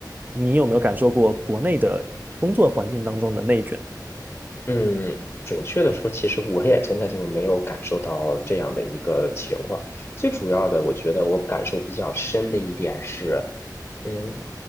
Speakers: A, on the right (about 25°); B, on the left (about 25°).
A: 你有没有感受过国内的工作环境当中的内卷？
B: 嗯，准确的说，其实我也真的就没有感受到这样的一个情况。最主要的，我觉得我感受比较深的一点是，嗯，